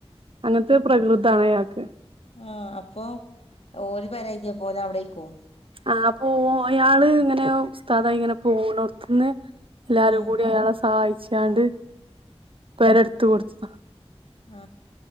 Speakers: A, on the right; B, on the left.
A: അങ്ങൻത്തെ പ്രകൃതാണ് അയാൾക്ക്‌
B: ആ അപ്പൊ ഓല് പെരേറ്റ്യേപ്പൊ ഓല് അവിടെയ്ക്കും
A: ആഹ് അപ്പോ അയാള്ങ്ങനെ ഉസ്താദായിങ്ങനെ പോവൂണോട്ത്ത്ന്ന്. എല്ലാരും
B: ആഹ്
A: കൂടി അയാളെ സഹായിച്ചാണ്ട് പെരെട്ത്ത് കൊട്ത്ത.
B: ആ